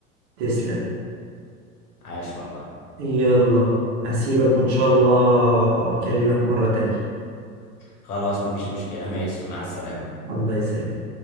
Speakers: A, on the right; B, on the left.
A: تسلم
B: عاش والله
A: يلا هسيبك وان شاء الله اكلمك مره تانية
B: خلاص مفيش مشكلة ماشي مع السلامة
A: الله يسلمك